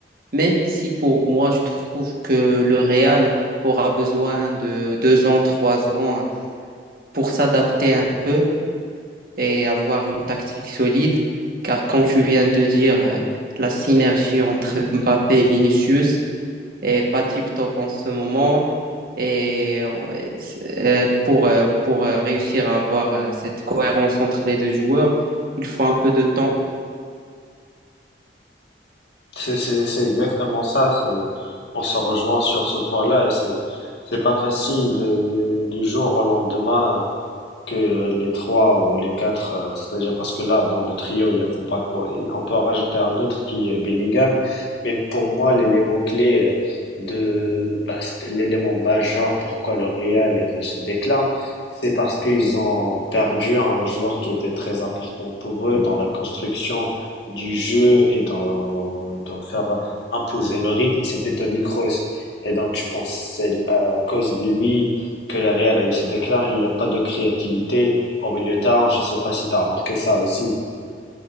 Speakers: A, on the right; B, on the left.
A: même si pour moi, je trouve que le Real aura besoin de deux ans, trois ans pour s'adapter un peu et avoir une tactique solide. Car comme tu viens de dire, euh, la synergie entre Mbappé et Vinicius est pas tip-top en ce moment. Et euh, pour, euh, pour euh, réussir à avoir euh, cette cohérence entre les deux joueurs, il faut un peu de temps.
B: c'est c'est- c'est exactement ça. C'est on se rejoint sur ce point-là. et C'est c'est pas facile de, de- du jour au lendemain que les trois ou les quatre, euh, c'est-à-dire parce que là, dans le trio, il y a faut Fopako, et on peut en rajouter un autre qui est Bellingham, mais pour moi, l'élément clé euh, de, bah, c'était l'élément majeur pourquoi le Real avait ce déclin, c'est parce qu'ils ont perdu un joueur qui était très important pour eux dans la construction du jeu et dans, dans faire imposer le rythme, c'était Toni Kroos. Et donc, je pense que c'est à cause de lui, que le réel a eu ses déclins, et il n'y a pas de créativité au milieu de terrain. Je ne sais pas si tu as remarqué ça aussi.